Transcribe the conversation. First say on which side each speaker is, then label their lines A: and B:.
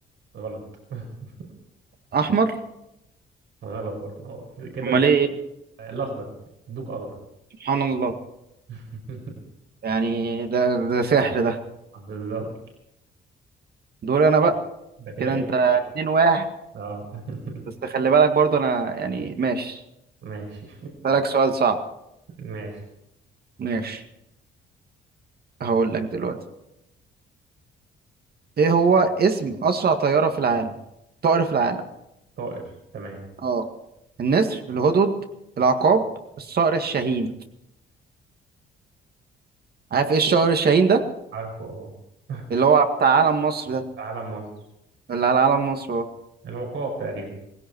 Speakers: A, on the right; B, on the right.
A: غلط <laughs>
B: أحمر
A: غلط برضه أه، كده
B: أمال
A: انت
B: إيه
A: الأخضر يدوك أخضر
B: سبحان الله
A: <laughs>
B: يعني ده ده سحر ده
A: بالظبط
B: دوري انا بقى
A: ده كده
B: كده
A: إيه
B: انت
A: 2
B: اتنين
A: 1
B: واحد
A: أه <laughs>
B: بس خلي بالك برضو انا يعني ماشي
A: ماشي
B: بالك سؤال صعب
A: ماشي
B: ماشي هقول لك دلوقتي ايه هو اسم اسرع طيارة في العالم طائر في العالم
A: طائر تمام
B: اه النسر الهدهد العقاب الصقر الشاهين عارف ايه الصقر الشاهين ده
A: عارفه اه <laughs>
B: اللي هو بتاع علم مصر ده
A: في علم مصر
B: اللي على علم مصر اهو
A: العقاب تقريبا